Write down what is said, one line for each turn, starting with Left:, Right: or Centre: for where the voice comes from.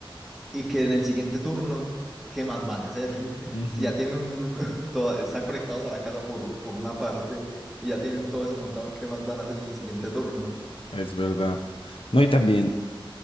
Centre: y que en el siguiente turno, ¿qué más van a hacer? <laughs>
Left: Ujú,
Centre: Si ya tienen un, un- <laughs> toda- están conectados a la casa por, por una parte y ya tienen todo eso montado, ¿qué más van a hacer en el siguiente turno?
Left: Es verdad. No, y también.